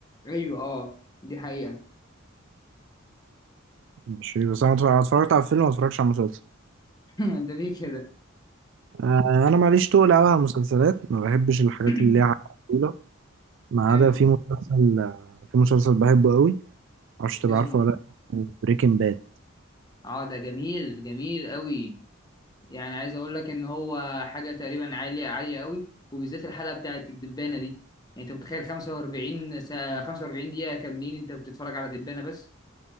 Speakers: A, on the left; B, on the right.
A: ايوه اه دي حقيقه
B: مش بس انا اتفرج- أنا اتفرجت على الفيلم ما اتفرجتش على المسلسل
A: <laughs> ده ليه كده
B: آه، انا ماليش تقل قوي على المسلسلات ما بحبش الحاجات
A: <clears throat>
B: اللي ليها طويلة ما عدا
A: ايوه
B: في مسلسل آه، في مسلسل بحبه قوي معرفش تبقى
A: ده اسمه
B: عارفه
A: ايه
B: ولا بريكنج باد
A: اه ده جميل جميل قوي يعني عايز اقول لك ان هو حاجه تقريبا عاليه عاليه قوي وبالذات الحلقه بتاعت الدبانه دي يعني انت متخيل 45 ساعه 45 دقيقه كاملين انت بتتفرج على دبانه بس